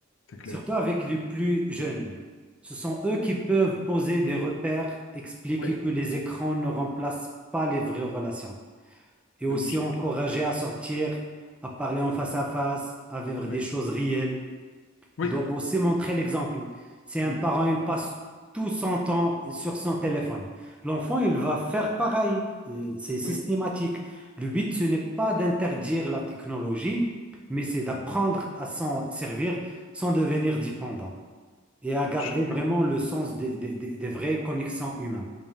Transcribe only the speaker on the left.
c'est clair.
Mhm.
Oui,
c'est logique.
Oui,
oui,
mm,
oui.
Je suis,